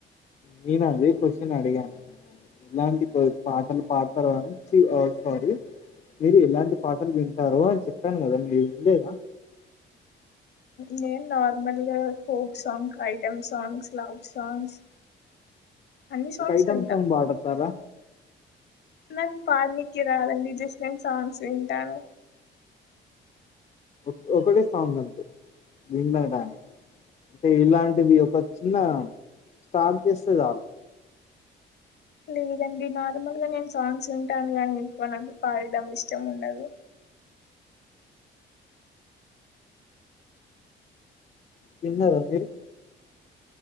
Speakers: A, on the left; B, on the left.
A: నేనదే కొశ్శన్ అడిగాను ఎలాంటి పాటలు పాడుతరో అని చీ ఆ సారీ మీరు ఎలాంటి పాటలు వింటారో అని చెప్పాను గదండి వినలేదా?
B: నేను నార్మల్గా folk song, item songs love songs అన్ని సాంగ్స్
A: ఒక ఐటం
B: వింటా
A: సాంగ్ పాడతారా?
B: నాకు పాడనీకి రాదండి జస్ట్ నేను సాంగ్స్ వింటాను
A: ఒక్ ఒకటే సాంగ్ అంతే వినడానికి అంటే ఇలాంట్ టె మీ ఒక చిన్న స్టార్ట్ జేస్తే చాలు
B: లేదండి నార్మల్గా నేను సాంగ్స్ వింటాను గాని ఎక్కువ నాకు పాడడం ఇష్టముండదు
A: తిన్నరా మీరు